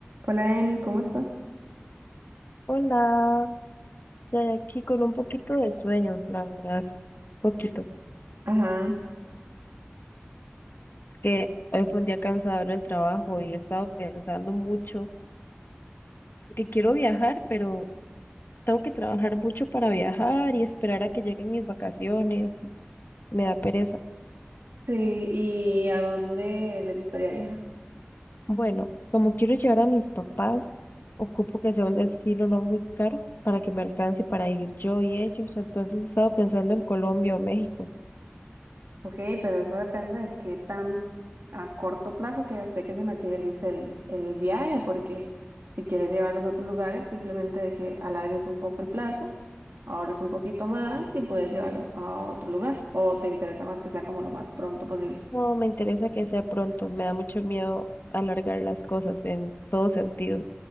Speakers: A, on the right; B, on the left.
A: Hola Emi, ¿cómo estás?
B: Hola, ya de aquí con un poquito de sueño, la verdad, poquito.
A: Ajá,
B: Es que hoy fue un día cansado en el trabajo y he estado pensando mucho que quiero viajar, pero tengo que trabajar mucho para viajar y esperar a que lleguen mis vacaciones. Me da pereza.
A: sí, ¿y a dónde le gustaría viajar?
B: Bueno, como quiero llevar a mis papás, ocupo que sea un destino no muy caro para que me alcance para ir yo y ellos. Entonces he estado pensando en Colombia o México.
A: Ok, pero eso depende de qué tan a corto plazo quiera usted que se materialice el, el viaje, porque si quieres llevarlos a otros lugares, simplemente de que alargues un poco el plazo, ahorres un poquito más y puedes llevarlo a otro lugar, o te interesa más que sea como lo más pronto posible.
B: No, me interesa que sea pronto. Me da mucho miedo alargar las cosas en todo sentido.